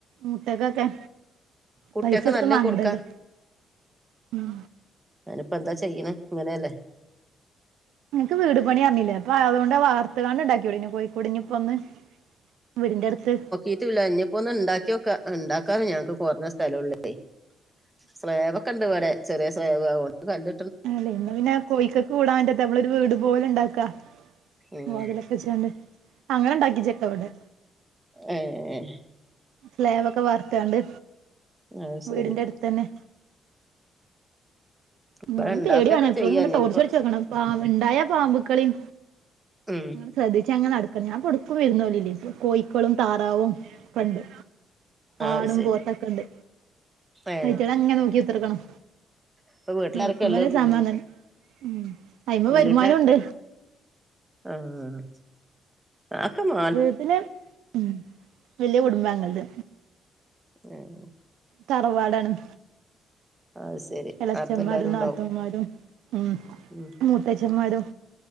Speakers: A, on the right; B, on the right.
A: മുട്ടക്കൊക്കെ
B: കുട്ടികൾക്ക്
A: പൈസ ഒടുത്ത്
B: നല്ല
A: മാങ്ങണ്ടല്ലോ.
B: കൊടുക്കാ
A: ഉം
B: അയ്നിപ്പന്താ ചെയ്യ്ണെ ഇങ്ങനെല്ലേ.
A: നിനക്ക് വീട് പണി അറിഞ്ഞില്ലേ. അപ്പ അതുകൊ വാർത്ത് ക്കാണ്ട്ണ്ടാക്കിക്കൂടേന്യോ കോയി. കുടുങ്ങിപ്പോ ഒന്ന്. വീടിന്റെ അടുത്ത്.
B: ഇതുല്ല. ഇഞ്ഞ്പ്പോ ഒന്ന് ഉണ്ടാക്കിഓക്കാ. ഉണ്ടാക്കാനും ഞങ്ങക്ക് കൊറഞ്ഞ സ്ഥല ഒള്ളേ ഇപ്പെയ്. സ്ളേവൊക്കെ ഇണ്ട് ഇവടെ ചെറ്യാ സ്ളേവ് അതോണ്ട് കല്ല
A: അല്ലേ പിന്നെ കോഴിക്കക്കക്ക് കൂടാൻ പറ്റത്ത നമ്മളൊരു വീട് പോലെ ഇണ്ടാക്കാ.
B: ഉം
A: വാതിലൊക്കെ വെച്ച്കാണ്ട് അങ്ങനെ ണ്ടാക്കിച്ചക്കവിടെ.
B: ഏ ഏഹെ.
A: സ്ലേവൊക്കെ വാർത്താണ്ട്
B: അത് ശരി
A: വീടിന്റെ അട്ത്തന്നെ. ഇന്നാലും
B: ഇവിടെ ഉണ്ടാക്കൊക്കെ
A: പേട്യാണ് എപ്പയുംങ്ങനെ
B: ചെയ്യാ ഇനിപ്പോ
A: ടോർച്ചട്ച്ച് നോക്കണം പാമ്പ ഇണ്ടായാ പാമ്പ്ക്കളിം
B: മ്.
A: ശ്രദ്ധിച്ച അങ്ങനെ നടക്കണം. ഞാപ്പൊടുക്കും വിര്‌ന്നോലില്ലേ. ഇപ്പൊ കോഴിക്കളും താറാവും ക്ക ഉണ്ട്.
B: അത്
A: ആടും
B: ശരി
A: പോത്തൊക്കെണ്ട്
B: ഏ
A: അയ്റ്റങ്ങളങ്ങനെ നോക്കിത്തർക്കണം.
B: ഇപ്പൊ വീട്ടിലാരൊക്കെ
A: നോക്കുബൊരു
B: ഉള്ളത്
A: സമാധാനം ഉം അയ്മേ
B: വീട്ടിലാരൊക്കെ
A: വരുമാനുംണ്ട്.
B: ആഹ്. ആക്കമാ
A: വീട്ടിലെ മ് വല്യ കുടുംബങ്ങൾത്.
B: <unintelligible>
A: തറവാടാണ്.
B: അത് ശരി
A: എളച്ചന്മാരും
B: അപ്പ എല്ലാരും ഉണ്ടാവും
A: നാത്തൂന്മാരും ഉം മൂ
B: ഉം
A: മൂത്തേച്ചന്മാരും